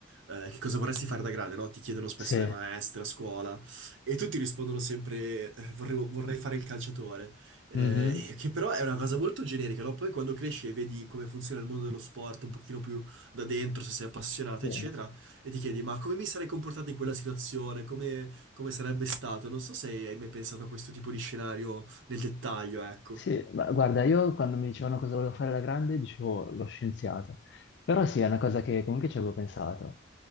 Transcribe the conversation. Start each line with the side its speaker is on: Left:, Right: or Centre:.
Right: eh, che cosa vorresti fare da grande, no? Ti chiedono spesso
Left: Sì,
Right: le maestre a scuola e tutti rispondono sempre eh, vorrei, vorrei fare il calciatore, Eh,
Left: Mhm.
Right: che però è una cosa molto generica, no? Poi quando cresci e vedi come funziona il mondo dello sport un pochino più da dentro, se sei appassionato,
Left: sì.
Right: eccetera e ti chiedi, ma come mi sarei comportato in quella situazione? Come, come sarebbe stato? Non so se hai mai pensato a questo tipo di scenario nel dettaglio, ecco.
Left: Sì, ma guarda, io quando mi dicevano cosa volevo fare da grande dicevo lo scienziato, però sì, è una cosa che comunque ci avevo pensato.